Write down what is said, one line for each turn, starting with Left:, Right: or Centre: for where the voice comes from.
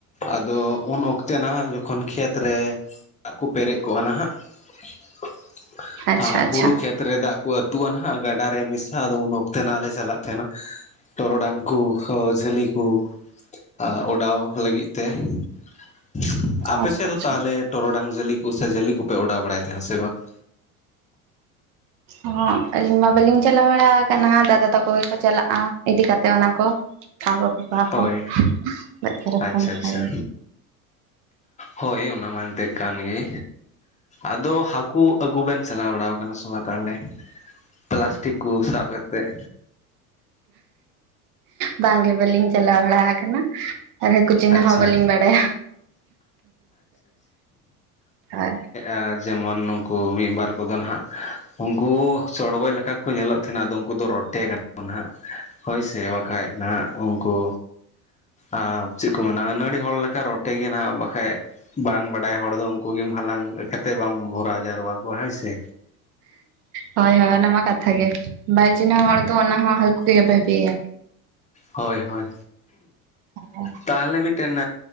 Left: ᱟᱫᱚ ᱩᱱ ᱚᱠᱛᱮ ᱱᱟᱦᱟᱜ ᱡᱚᱠᱷᱚᱱ ᱠᱷᱮᱛ ᱨᱮ ᱫᱟᱜ ᱠᱚ ᱯᱮᱨᱮᱡ ᱠᱚᱜ-ᱟ ᱱᱟᱦᱟᱜ ᱾ <inaudible>
Right: ᱟᱪᱪᱷᱟ
Left: ᱟᱨ
Right: ᱟᱪᱪᱷᱟ
Left: ᱦᱩᱲᱩ ᱠᱷᱮᱛ ᱨᱮ ᱫᱟᱜ ᱠᱚ ᱟᱹᱛᱩᱜ-ᱟ ᱱᱟᱦᱟᱜ ᱜᱟᱰᱟ ᱨᱮ ᱢᱮᱥᱟᱜ-ᱟ ᱟᱫᱚ ᱩᱱ ᱚᱠᱛᱮ ᱱᱟᱦᱟᱜ ᱞᱮ ᱪᱟᱞᱟᱜ ᱛᱟᱦᱮᱱᱟ ᱾ ᱴᱚᱨᱚᱰᱟᱝ ᱠᱚ <unintelligible> ᱡᱷᱟᱹᱞᱤ ᱠᱚ ᱾ ᱟ ᱚᱰᱟᱣ ᱞᱟᱹᱜᱤᱫ ᱛᱮ ᱾ <inaudible>
Right: ᱟᱪᱪᱷᱟ
Left: ᱟᱯᱮ ᱥᱮᱫ
Right: ᱟᱪᱪᱷᱟ
Left: ᱫᱚ ᱛᱟᱦᱚᱞᱮ ᱴᱚᱨᱚᱰᱟᱝ ᱡᱷᱟᱹᱞᱤ ᱠᱚ ᱥᱮ ᱡᱟᱹᱞᱤ ᱠᱚᱯᱮ ᱚᱰᱟᱣ ᱵᱟᱲᱟᱭᱮᱫ ᱛᱟᱦᱮᱱᱟ ᱥᱮ ᱵᱟᱝ? <inaudible>
Right: ᱚᱦᱚᱸᱜ ᱟᱹᱞᱤᱧ ᱢᱟ ᱵᱟᱹᱞᱤᱧ ᱪᱟᱞᱟᱣ ᱵᱟᱲᱟ ᱟᱠᱟᱱᱟ ᱫᱟᱫᱟ ᱛᱟᱠᱚ ᱜᱮᱠᱚ ᱪᱟᱞᱟᱜᱼᱟ, ᱤᱫᱤ ᱠᱟᱛᱮ ᱚᱱᱟ ᱠᱚ᱾ ᱥᱟᱵ ᱟᱹᱜᱩ ᱠᱚᱣᱟᱠᱚ
Left: ᱦᱳᱭ
Right: ᱫᱟᱜ ᱠᱚᱨᱮ
Left: ᱟᱪᱪᱷᱟ
Right: ᱠᱷᱚᱱ
Left: ᱟᱪᱪᱷᱟ
Right: ᱦᱳᱭ᱾
Left: ᱦᱳᱭ ᱚᱱᱟ ᱢᱟ ᱮᱱᱛᱮᱫ ᱠᱟᱱ ᱜᱮ᱾ ᱟᱫᱚ ᱦᱟᱹᱠᱩ ᱟᱹᱜᱩ ᱵᱮᱱ ᱪᱟᱞᱟᱣ ᱵᱟᱲᱟᱣ ᱠᱟᱱᱟ ᱥᱮ ᱵᱟᱝ ᱛᱟᱦᱚᱞᱮ? ᱯᱞᱟᱥᱴᱤᱠ ᱠᱚ ᱥᱟᱵ ᱠᱟᱛᱮᱫ᱾
Right: ᱵᱟᱝ ᱜᱮ ᱵᱟᱹᱞᱤᱧ ᱪᱟᱞᱟᱣ ᱵᱟᱲᱟ ᱟᱠᱟᱱᱟ᱾ ᱟᱨ ᱦᱟᱠᱩ ᱪᱤᱱᱟᱹ
Left: ᱟᱪᱪᱷᱟ
Right: ᱦᱚᱸ ᱵᱟᱹᱞᱤᱧ ᱵᱟᱲᱟᱭᱟ᱾ ᱟᱨ
Left: ᱟᱨ ᱡᱮᱢᱚᱱ ᱱᱩᱝᱠᱩ ᱢᱤᱫ ᱵᱟᱨ ᱠᱚᱫᱚ ᱱᱟᱦᱟᱜ ᱩᱱᱠᱩ ᱪᱚᱲᱜᱚᱡ ᱞᱮᱠᱟ ᱠᱚ ᱧᱮᱞᱚᱜ ᱛᱟᱦᱮᱱᱟ ᱟᱫᱚ ᱩᱱᱠᱩ ᱫᱚ ᱨᱚᱴᱮ ᱠᱟᱱᱟ ᱠᱚ ᱱᱟᱦᱟᱜ, ᱦᱳᱭ ᱥᱮ ᱵᱟᱠᱷᱟᱡ ᱱᱟᱦᱟᱜ ᱩᱱᱠᱩ ᱟ ᱪᱮᱫ ᱠᱚ ᱢᱮᱱᱟ ᱟᱹᱱᱟᱹᱲᱤ ᱦᱚᱲ ᱞᱮᱠᱟ ᱨᱚᱴᱮ ᱜᱮ ᱱᱟᱦᱱᱟᱜ ᱵᱟᱠᱷᱟᱡ ᱵᱟᱝ ᱵᱟᱰᱟᱭ ᱦᱚᱲ ᱫᱚ ᱩᱱᱠᱩ ᱜᱮᱢ ᱦᱟᱞᱟᱝ ᱠᱟᱛᱮᱫ ᱵᱟᱢ ᱵᱷᱚᱨᱟᱣ ᱡᱟᱨᱣᱟ ᱠᱚᱣᱟ ᱦᱳᱭ ᱥᱮ᱾
Right: ᱦᱳᱭ ᱦᱳᱭ ᱟᱱᱟ ᱢᱟ ᱠᱷᱟᱛᱟ ᱜᱮ, ᱵᱟᱭ ᱪᱤᱱᱦᱟᱹᱣ ᱦᱚᱲ ᱫᱚ ᱚᱱᱟ ᱦᱚᱸ ᱦᱟᱹᱠᱩ ᱜᱮ ᱵᱷᱟᱜᱤᱭᱟ᱾
Left: ᱦᱳᱭ ᱦᱳᱭ,
Right: ᱦᱳᱭ
Left: ᱛᱟᱦᱚᱞᱮ ᱢᱤᱫ ᱴᱮᱱ